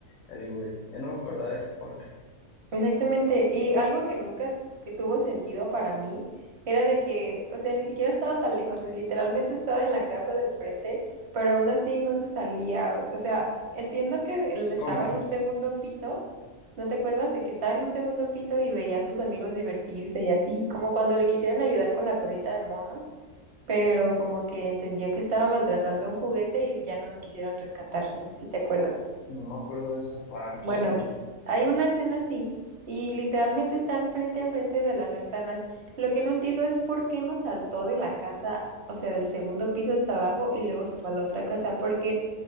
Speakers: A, on the left; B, on the right.
A: el Woody. Ya no me acordaba de esa parte.
B: Exactamente. Y algo que nunca que tuvo sentido para mí era de que, o sea, ni siquiera estaba tan lejos, es- literalmente estaba en la casa de enfrente, pero aún así no se salía. O o sea, entiendo que él estaba
A: ¿Cómo?
B: en un segundo piso ¿No te acuerdas de que estaba en un segundo piso y veía a sus amigos divertirse y así, como cuando le quisieron ayudar con la cuerdita de monos, pero como que entendió que estaba maltratando un juguete y ya no lo quisieron rescatar? No sé si te acuerdas.
A: No me acuerdo de esa parte.
B: Bueno, hay una escena así y literalmente están frente a frente de las ventanas. Lo que no entiendo es por qué no saltó de la casa, o sea, del segundo piso hasta abajo y luego se fue a la otra casa, porque